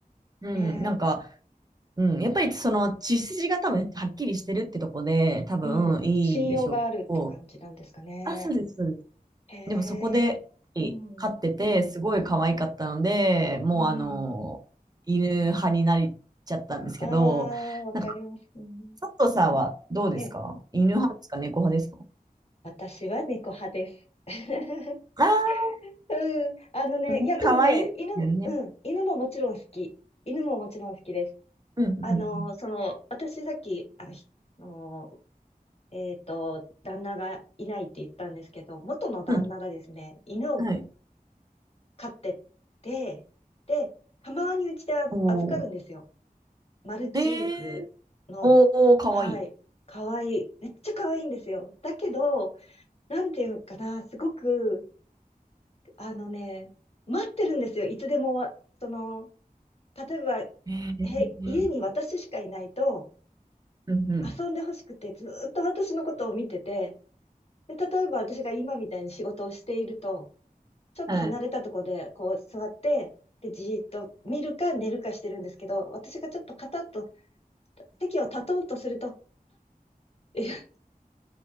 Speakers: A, on the right; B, on the left.
A: うん、
B: ええ
A: なんか、うん、やっぱりその血筋が多分はっきりしてるってとこで多分いいんでしょうけど、
B: うん。信用があるって感じなんですかね。
A: あ、そうです、そうです。
B: へえ。
A: でもそこで
B: うん。
A: 飼っててすごい可愛かったので、もうあの、
B: うん。
A: 犬派になっちゃったんですけど、
B: ああ、わかります。
A: なんか
B: うん。
A: 佐藤さんはどうですか犬派ですか猫派ですか
B: ええ私は猫派です。<laughs>
A: ああ
B: うん。あのね、
A: ー、うん可愛いですよね。
B: いや、でもね、犬も、うん、犬ももちろん好き。犬ももちろん好きです。
A: うん、うん、
B: あの、その、私さっき、あの、ひあのえっと、旦那がいないって言ったんですけど、元の旦那がですね、
A: うん。
B: 犬を
A: うんはい。
B: 飼ってて、で、たまにうちであ預かるんですよ。
A: おー。
B: マルチーズの、
A: えー、おー、可愛い。
B: はい、かわいい。めっちゃかわいいんですよ。だけど、なんていうのかな、すごく、あのね、待ってるんですよ。いつでもわ、その、例えば、へ、
A: えー、
B: 家に私しかいないと、
A: うん、うん。
B: 遊んでほしくて、ずーっと私のことを見てて、で、例えば私が今みたいに仕事をしていると、ちょっと離れたとこで、
A: はい。
B: こう座って、で、じーっと見るか寝るかしてるんですけど、私がちょっとカタッと席を立とうとすると、え、遊んで